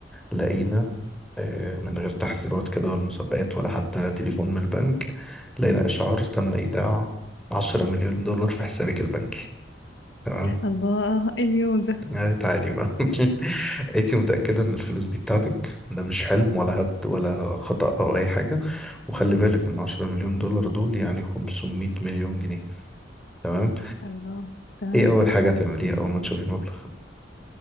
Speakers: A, in the centre; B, on the left.
A: لقينا آه، من غير تحذيرات كده ولا مسابقات ولا حتى تليفون من البنك لقينا إشعار تم إيداع 10 مليون دولار في حسابك البنكي تمام.
B: الله إيه اليوم ده
A: يعني تعالي بقى <laughs> انت متأكدة ان الفلوس دي بتاعتك ده مش حلم ولا هبد ولا خطأ او اي حاجة وخلي بالك ان 10 مليون دولار دول يعني 500 مليون جنيه تمام
B: الله تمام
A: ايه اول حاجة هتعمليها اول ما تشوفي المبلغ